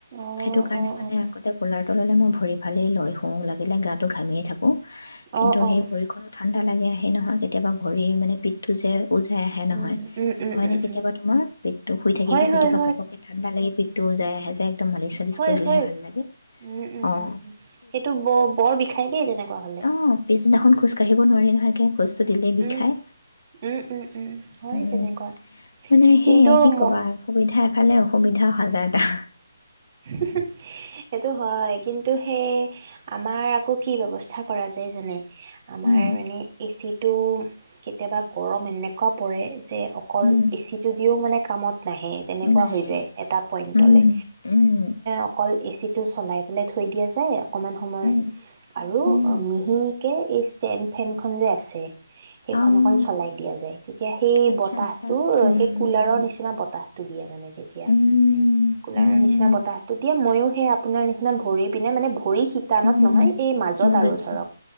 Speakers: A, on the right; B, on the left.
A: অ',
B: সেইটো কাৰণে
A: অ',
B: মানে
A: অ',
B: আগতে কোলাৰটো ললে মই ভৰি ফালেই লৈ শুওঁ, লাগিলে গাটো ঘামিয়েই থাকোঁ। কিন্তু
A: অ', অ',
B: সেই ভৰিখনো ঠাণ্ডা লাগে সেই নহয় কেতিয়াবা ভৰিৰ মানে পিঠটো যে উজাই আহে নহয়,
A: উম, উম, উম,
B: হয়নে?
A: উম,
B: কেতিয়াবা
A: উম,
B: তোমাৰ পিতটো শুই থাকিব,
A: হয়,
B: শুই
A: হয়,
B: থকা ঘপকৈ ঠাণ্ডা লাগি পিত তো যাই আহে যে একদম মালিচ চালিচ
A: হয়-হয়
B: কৰিলেহে ভাল লাগে
A: উম-উম-উম-উম
B: অঁ
A: সেইটো ব বৰ বিষাই দে, তেনেকুৱা হ'লে
B: অ পিছদিনাখন খোজ কাঢ়িব নোৱাৰি নহয় একে খোজটো দিলেই বিষাই,
A: উম, উম, উম, উম, হয়
B: উম,
A: তেনেকুৱা
B: মানে সেয়ে
A: কিন্তু
B: কি
A: ম
B: কবা সুবিধা এফালে অসুবিধা হাজাৰটা
A: হুমহু সেইটো হয়, কিন্তু সেই আমাৰ আকৌ কি ব্যৱস্থা কৰা যায় জানে? আমাৰ
B: উম,
A: মানে এচিট টো কেতিয়াবা গৰম এনেকোৱা পৰে যে অকল
B: উম,
A: এচি টো দিও মানে কামত নাহে, তেনেকোৱা
B: নাই
A: হৈ যায় এটা পইন্টলৈ
B: উম, উম,
A: অকল এচি টো চলাই পেলাই থৈ দিয়া যায় আৰু অকমান সময়,
B: উম,
A: আৰু
B: উম,
A: মিহি কে এই ষ্টেণ্ড ফেন খন যে আছে সেইখন
B: অঁ
A: অকন চলাই দিয়া যায় তেতিয়া সেই
B: আচ্ছা
A: বতাহটো,
B: আচ্ছা উম।
A: সেই কুলাৰৰ নিচিনা বতাহটো দিয়ে মানে তেতিয়া
B: উম,
A: কোলাৰৰ
B: উম,
A: নিচিনা বতাহতটো দিয়া মইয়ো সে আপোনাৰ নিচিনা ভৰি পিনে মানে ভৰি শিতানত
B: উম।
A: নহয়, এই মাজত
B: উম,
A: আৰু
B: বুজিছো,
A: ধৰক,